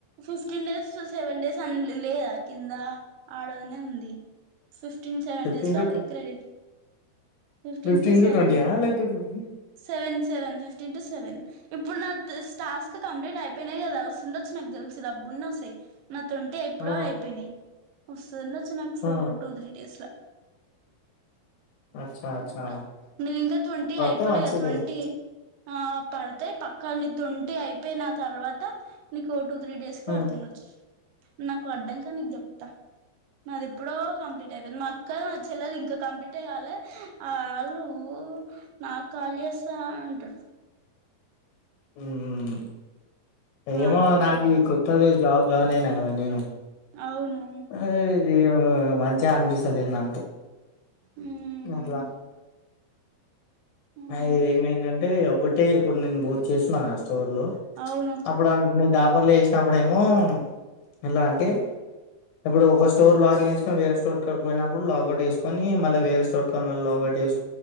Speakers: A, on the right (about 75°); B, on the left (about 75°).
A: ఫిఫ్టీన్ డేస్ సెవెన్ డేస్ అ లేదా కింద ఆడనే ఉంది ఫిఫ్టీన్ సెవెన్
B: ఫిఫ్టీన్
A: డేస్ లా
B: to
A: credit fifteen
B: fifteen
A: to seven
B: twenty ఆ లేకపోతే fifty?
A: Seven seven fifteen టటు seven ఇప్పుడు నా టాస్క్ కంప్లీట్ అయిపోయినాయి కదా వస్తుంద వచ్చి నాకు తెలిసు డబ్బున్న వస్తాయ్ నా తొంటే ఎప్పుడో
B: ఆ
A: అయిపోయినాయి వస్తుందండి వచ్చి నాకు ఫ
B: ఆ
A: టూ త్రీ డేస్లో
B: అచ్చా అచ్చా
A: అట్లా నీవ్ ఇంకా ట్వంటీ
B: పడితే
A: అయిపోలే
B: మంచిదే
A: ట్వంటీ ఆ పడతాయి పక్కా నీ తుంటి అయిపోయినా తర్వాత నీకు టూ త్రీ డేస్ కి
B: ఉమ్
A: ఆడ్తుండొచ్చు నాకు అడ్డా కా నీకు చెప్తా నాది ఎప్పుడో కంప్లీట్ అయిపోయింది మా అక్క చెల్లది ఇంకా కంప్లీట్యే కాలే ఆ వాళ్ళు నా కాల్ చేస్తా అంటారు
B: హ్మ్ ఏమో
A: ఆళ్ళు ఆళ్ళు
B: నాకు
A: కాల్ చేస్
B: ఈ కొత్తది జాబ్ జాయిన్ అయినా కదా నేను
A: అవును
B: ఆ ఇది మంచిగా అనిపిస్తలేదు నాకు
A: మ్మ్
B: అట్లా
A: అవును
B: మై ఏమైందంటే ఒకటే ఇప్పుడు నేను బూక్ చేస్తున్న ోర్లు
A: అవును
B: అప్పుడు నే పర్లు వేసినప్పుడు ఏమో ఎలా అంటే ఇప్పుడు ఒక స్టోర్ లాగిన్ేసుకని వే స్టోర్క్కకి పోయినప్పుడు లాగౌట్ వేకని మళ్ళ వే స్టట్ లాగట్ వేసుకని ని